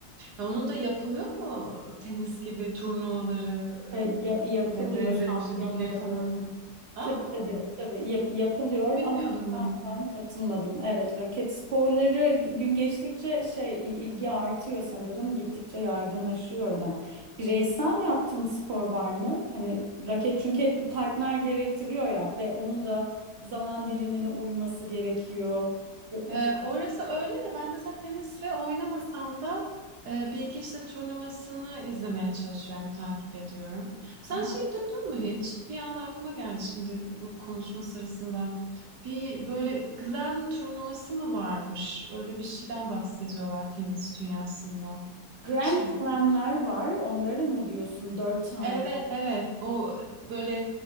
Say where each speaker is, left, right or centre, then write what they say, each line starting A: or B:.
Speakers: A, on the right; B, on the right.
A: ya onun da yapılıyor mu tenis gibi turnuvaları
B: e, ya- yapılıyor
A: e, ve benzeri
B: şampiyonaları.
A: işte ligleri falan mı? Aa,
B: Tabii tabii tabii yap- yapılıyor
A: hiç bilmiyordum
B: ama
A: ben.
B: ben katılmadım. Evet raket sporları gün geçtikçe şey il- ilgi artıyor sanırım gittikçe yaygınlaşıyor da. Bireysel yaptığın spor var mı? Hani raket çünkü hep bir partner gerektiriyor ya ve onun da zaman dilimine uyması gerekiyor. E-
A: E,
B: eşlik
A: orası öyle de ben mesela tenisle oynamasam da e, bir iki işte turnuvasını izlemeye çalışıyorum, takip ediyorum. Sen
B: Aha.
A: şeyi duydun mu hiç? Bir anda aklıma geldi şimdi bu konuşma sırasında. Bir böyle Glam turnuvası mı varmış? Öyle bir şeyden bahsediyorlar tenis dünyasında.
B: Grand
A: Hiçbir
B: Slam'ler var onları mı diyorsun dört tane?
A: Evet evet o böyle